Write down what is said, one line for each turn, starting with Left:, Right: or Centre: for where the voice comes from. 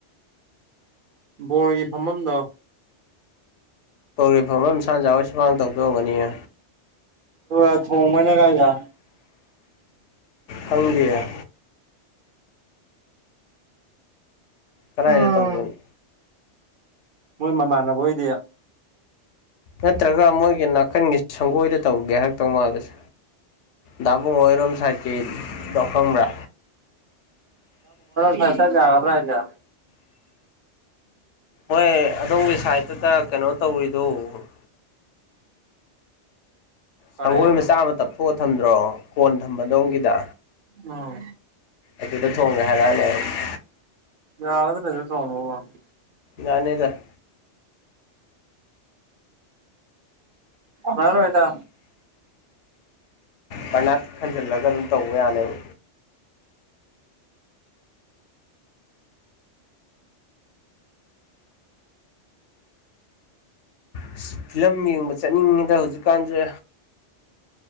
Right: ꯕꯣꯔꯒꯤ ꯐꯝꯐꯝꯗꯣ
Left: ꯄꯧ꯭ꯔꯤ ꯐꯥꯝ ꯑꯃꯝꯁꯥꯖꯎ ꯁꯨꯃꯥꯡ ꯇꯧꯗꯣꯛꯑꯒꯅꯤꯌꯦ
Right: ꯑꯗꯨ ꯊꯣꯡ ꯃꯅꯦ ꯀꯥꯏ ꯌꯥ
Left: ꯍꯪꯕꯤꯌꯥ ꯀꯗꯥꯥꯏꯗ
Right: ꯎꯝ
Left: ꯇꯧꯗꯣꯏꯣ
Right: ꯃꯣꯏ ꯃꯃꯥꯟꯅꯕ ꯍꯣꯏꯗꯤ
Left: ꯅꯠꯇ꯭ꯔꯒ ꯃꯣꯏꯒꯤ ꯅꯥꯀꯟꯒꯤ ꯁꯪꯒꯣꯏꯗ ꯇꯧꯒꯦ ꯍꯥꯏꯔꯛꯇꯧ ꯃꯥꯜꯂꯁꯦ ꯗꯥꯕꯨꯡ ꯑꯣꯏꯔꯝ ꯁꯥꯔꯀꯤ ꯂꯈꯪꯕ꯭ꯔꯥ
Right: ꯃ ꯁ ꯍꯥꯏꯒ꯭ꯔ ꯏꯂ
Left: ꯍꯣꯏ ꯑꯗꯣꯝꯒꯤ ꯁꯥꯏꯠꯇꯗ ꯀꯩꯅꯣ ꯇꯧꯔꯤꯗꯨꯣ
Right: ꯐꯔꯦ
Left: ꯁꯪꯒꯣꯏ ꯃꯆꯥ ꯑꯃ ꯇꯞꯊꯣꯛꯑ ꯊꯝꯗ꯭ꯔꯣ ꯀꯣꯟ ꯊꯝꯕꯗꯣꯝꯒꯤꯗ
Right: ꯑꯣ
Left: ꯑꯗꯨꯗ ꯊꯣꯡꯒꯦ ꯍꯥꯏꯔꯛꯑꯅꯦ ꯑꯩ
Right: ꯌꯥꯒꯥꯗ ꯂꯩ ꯑꯗꯨ ꯇꯣꯡꯉꯅꯤ
Left: ꯌꯥꯅꯤꯗ
Right: ꯔꯣ ꯑꯣꯏꯣꯏꯗ
Left: ꯄꯔꯅꯥꯠ ꯈꯟꯖꯤꯜꯂꯒ ꯑꯗꯨꯝ ꯇꯧꯕ ꯌꯥꯅꯦꯕ ꯑ ꯐꯤꯂꯝ ꯌꯦꯡꯕ ꯆꯠꯅꯤꯡꯉꯤꯗ ꯍꯧꯖꯤꯛꯀꯥꯟꯁꯦ